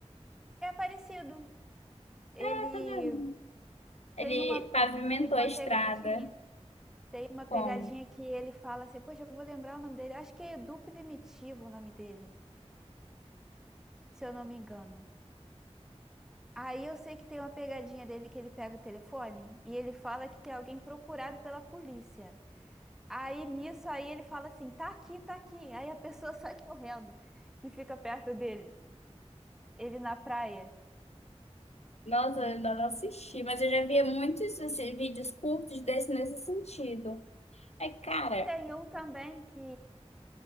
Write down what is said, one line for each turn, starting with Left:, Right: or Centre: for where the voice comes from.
Centre: É parecido. Ele
Left: Ah, tá vendo? Ele
Centre: tem uma
Left: pavimentou
Centre: Tem uma
Left: a estrada.
Centre: pegadinha, tem uma pegadinha
Left: Como?
Centre: que ele fala assim, poxa, eu vou lembrar o nome dele. Acho que é Edu Primitivo o nome dele, se eu não me engano. Aí eu sei que tem uma pegadinha dele que ele pega o telefone e ele fala que tem alguém procurado pela polícia. Aí nisso aí ele fala assim, tá aqui, tá aqui. Aí a pessoa <laughs> sai correndo que fica perto dele, ele na praia.
Left: Nossa, eu ainda não assisti, mas eu já vi muitos assim, vídeos curtos desse nesse sentido. É, cara,
Centre: Tem um também que